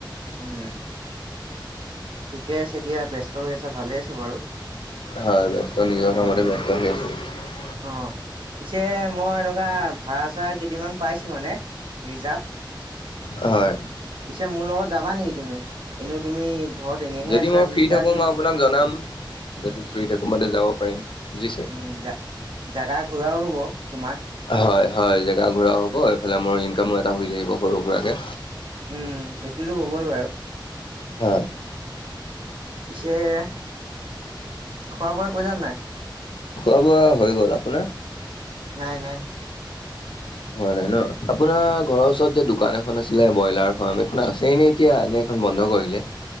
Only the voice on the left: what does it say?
হয় ব্যস্ত নিজৰ <unintelligible>
হয়
যদি
মই ফ্ৰী
থাকো
মই আপোনাক জনাম যদি ফ্ৰি থাকো মাতে যাব পাৰিম বুজিছে
হয় হয় জেগা ঘূৰা হ'ব এইফালে মোৰ ইনকামো এটা হৈ যাকিব সৰু সুৰাকৈ
হ
খোৱা বোৱা হৈ গ'ল আপোনাৰ
হয় নাই ন আপোনাৰ ঘৰৰ ওচৰত যে দোকান এখন আছিলে ব্ৰইলাৰ ফাৰ্ম এখন আছেই নে এতিয়া এখন বন্ধ কৰিলে